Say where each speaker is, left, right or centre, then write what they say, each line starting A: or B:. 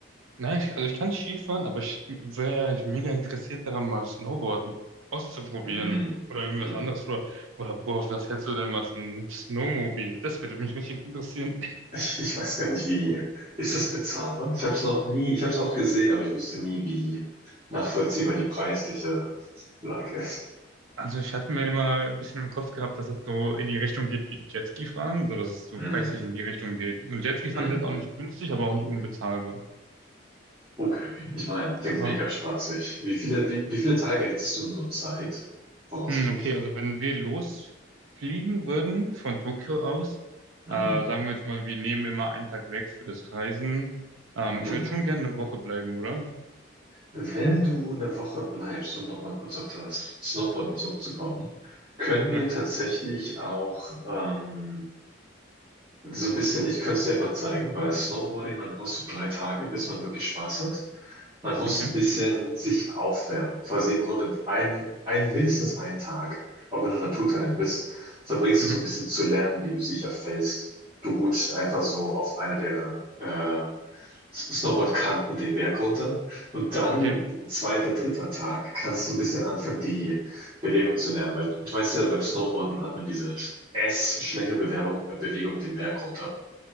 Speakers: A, on the right; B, on the right.
A: Nein, ich, also ich kann Skifahren, aber ich wäre eigentlich mega interessiert daran, mal Snowboarden auszuprobieren
B: Hm.
A: oder irgendwas
B: Hm.
A: anderes. Oder, oder boah, was hältst du denn mal von einem Snowmobil? Das würde mich richtig interessieren.
B: Ich, ich weiß gar nicht, wie. Ist das bezahlbar? Ich habe es noch nie, ich habe es oft gesehen, aber ich wusste nie, wie nachvollziehbar die preisliche Lage ist.
A: Also ich hatte mir immer ein bisschen im Kopf gehabt, dass es so in die Richtung geht wie Jetski fahren, so dass es so
B: Mhm.
A: preislich in die Richtung geht. Und Jetski
B: Mhm.
A: fahren ist jetzt auch nicht günstig, aber auch nicht unbezahlbar.
B: Okay, ich meine, klingt
A: Aber
B: mega spaßig. Wie viele, wie, wie viele Tage hättest du in so Zeit? Voraussichtlich?
A: Hm, okay, also wenn wir losfliegen würden von Tokio aus,
B: Mhm.
A: äh, sagen wir jetzt mal, wir nehmen immer einen Tag weg für das Reisen. Ähm,
B: Mhm.
A: ich würde schon gerne eine Woche bleiben, oder?
B: Wenn du eine Woche bleibst, um nochmal kurz auf das Snowboarden zurückzukommen, können
A: Ja,
B: wir tatsächlich auch ähm, so ein bisschen, ich könnte es dir einfach zeigen, weil Snowboarding, man braucht so drei Tage, bis man wirklich Spaß hat. Man muss
A: okay.
B: ein bisschen sich aufwärmen. Quasi im Grunde ein, ein, mindestens einen Tag, auch wenn du Naturtalent bist, verbringst
A: Mhm.
B: du so ein bisschen zu lernen, wie du sicher fällst. Du rutscht einfach so auf einer der äh, S- Snowboardkanten den Berg runter. Und dann,
A: Okay,
B: zweiter, dritter Tag, kannst du ein bisschen anfangen, die Bewegung zu lernen. Weil du weißt ja, beim Snowboarden hat man diese S-Schlängelbewegung, äh, Bewegung den Berg runter.